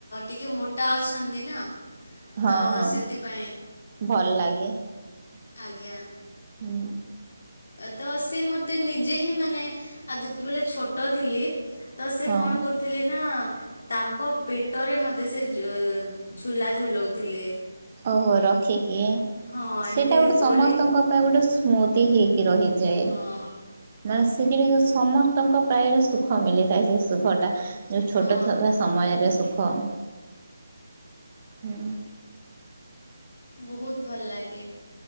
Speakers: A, on the left; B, on the right.
A: ଟିକେ ମୋଟା ଅଛନ୍ତି ନା।
B: ହଁ
A: ତ
B: ହଁ।
A: ସେଥିପାଇଁ
B: ଭଲ ଲାଗେ।
A: ଆଜ୍ଞା।
B: ହୁଁ।
A: ତ ସେ ମତେ ନିଜେ ହିଁ ମାନେ ଆଉ ଯେତେବେଳେ ଛୋଟ ଥିଲି ତ ସେ
B: ହଁ
A: କଣ କରୁଥିଲେ ନା। ତାଙ୍କ ପେଟରେ ମତେ ସେ ଝୁ ଝୁଲା ଝୁଲଉଥିଲେ।
B: ଓହୋ ରଖିକି
A: ହଁ
B: ସେଟା
A: ଏମିତି
B: ଗୋଟେ ସମସ୍ତଙ୍କ
A: ଦୋଳି
B: ପାଇଁ ଗୋଟେ ସ୍ମୁଥ। ତିହିି। ରହିଯାଏ
A: ହଁ
B: ମ। ସେ ଜିନିଷ ସମସ୍ତଙ୍କ ପ୍ରାୟରେ ସୁଖ ମିଳିଥାଏ ସେ ସୁଖ ଟା। ଛୋଟ
A: ହଁ
B: ଥିବା ସମୟରେ ସୁଖ। କଣ ହୁଁ।
A: ବହୁତ ଭଲ ଲାଗେ।